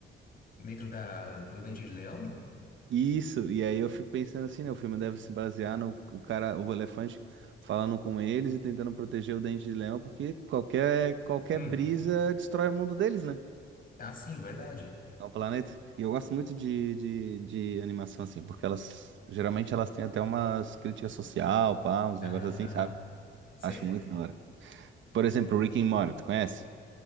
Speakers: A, on the left (about 45°); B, on the right (about 70°).
A: Dentro da, do Dente de Leão?
B: Isso, e aí eu fico pensando assim, né? O filme deve se basear no o cara, o elefante falando com eles e tentando proteger o dente de leão, porque qualquer, qualquer
A: Hum,
B: brisa destrói o mundo deles, né?
A: ah, sim, verdade.
B: É um planeta. E eu gosto muito de, de, de animação, assim, porque elas geralmente elas têm até umas críticas social, pá, uns
A: Aham,
B: negócios assim,
A: aham,
B: sabe?
A: sei.
B: Acho muito da hora. Por exemplo, Rick and Morty, tu conhece?